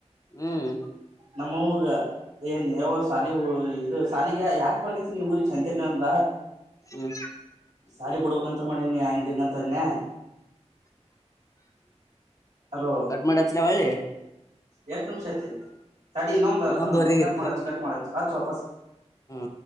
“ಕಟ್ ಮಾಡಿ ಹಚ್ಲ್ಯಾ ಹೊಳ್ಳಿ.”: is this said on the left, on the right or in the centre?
Left